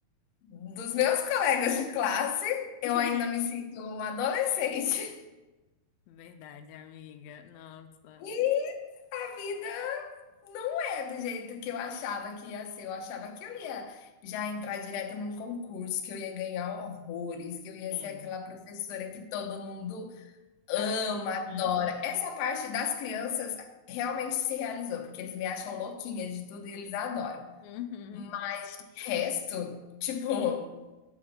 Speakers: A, on the left; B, on the left.
A: dos meus colegas de classe, eu
B: <laughs>
A: ainda me sinto uma adolescente. <laughs>
B: Verdade, amiga. Nossa.
A: E a vida Não é do jeito que eu achava que ia ser. Eu achava que eu ia já entrar direto num concurso, que eu ia ganhar horrores, que eu ia
B: Sim.
A: ser aquela professora que todo mundo ama,
B: Uhum.
A: adora. Essa parte das crianças realmente se realizou, porque eles me acham louquinha de tudo e eles adoram.
B: Uhum.
A: Mas o resto, tipo,